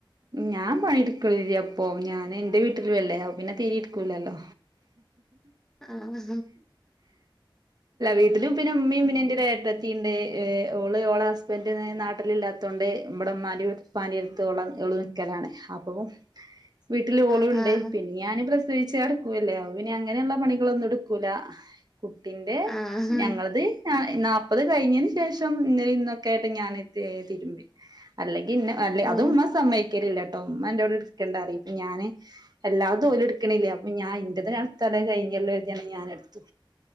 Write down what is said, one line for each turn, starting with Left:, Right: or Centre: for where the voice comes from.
Right: ഞാൻ പണിയെടുക്കലില്ല പ്പോ അപ്പൊ ഞാൻ ന്റെ വീട്ടിലുല്ലേ പിന്നെ തീരിം എടുക്കൂലല്ലോ
Centre: ആഹ്
Right: വീട്ടിലും പിന്നെ ഉമ്മയും പിന്നീന്റെ യേ.... ത്തിണ്ട്ഓള് ഓളെ ഹസ്ബൻഡ് നാട്ടിലില്ലാത്തോണ്ട് ഇമ്മടെ ഉമ്മാന്റെം വീട്ടി പണിയെടുത്തോളാ ഓള് നിക്കലാണ് അപ്പൊ വീട്ടിൽ ഓളും
Centre: ആഹ്
Right: ഉണ്ട്
Centre: ആഹ്
Right: പിന്നെ ഞാൻ വിച്ചു കടക്കൂല്ലെയോ പിന്നെ അങ്ങനെയുള്ള പണികളൊന്നും എടുക്കൂല കുട്ടിന്റെ
Centre: ആഹ് ആഹ്
Right: ഞങ്ങളത് ഞാ..... നാല്പ്പത് കഴിഞ്ഞതിന് ശേഷം ഇന്നലെ ഇന്നൊക്കൊയായിട്ട് ഞാൻ തിരുമ്മി അല്ലെങ്കി..... ന്ന് അല്ലെ
Centre: ഉം
Right: അതും കിക്കല ട്ടോ അമ്മ എന്റോട് എടുക്കേണ്ട പറിം ഞാന് എല്ലാതും ഓലും എടുക്കണില്ലേ അപ്പൊ ഞാൻ ന്റെ നടത്തല കഴിഞ്ഞല്ലോ എഴുതിയാണ് ഞാൻ എടുത്തു